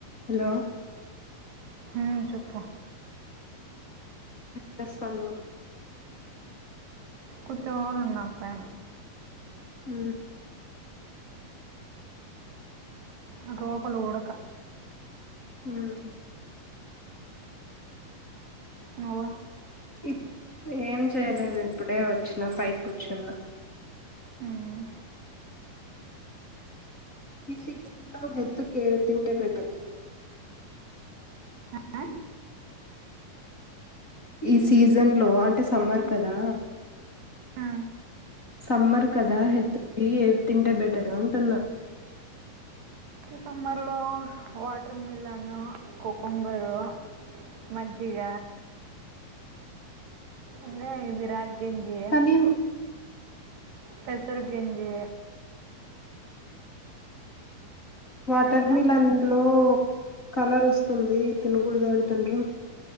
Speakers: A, on the left; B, on the right.
A: Hello
B: అ చెప్పు
A: పిస్తంద
B: కూచోనున్నా అక్కయ
A: ఉ
B: ఒంట్లోపల్ ఉడక
A: ఉ ఉ
B: నువ
A: ఇ ఏం చేయలేదు ఇప్పుడే వచ్చిన పైకి కూర్చున్నా
B: ఉమ్.
A: ఈ సీజన్ లో హెల్త్ కేర్ తింటే బెటర్
B: ఆ?
A: ఈ సీజన్ లో అంటే సమ్మార్
B: ఏమి?
A: కదా
B: ఆ.
A: సమ్మర్ కద హెల్త్ కి ఏవి తింటే బెటరు అంటున్నా
B: సమ్మర్లో వాటర్ మిలన్ కుకుంబరు మజ్జిగ ఇంగ ఇవి రాగి గంజీ
A: కానీ
B: పెసరుగంజే
A: వాటర్
B: ఇంకా
A: మిలన్ జు లో కలర్ వస్తుంది తినుకుడదటండ్రు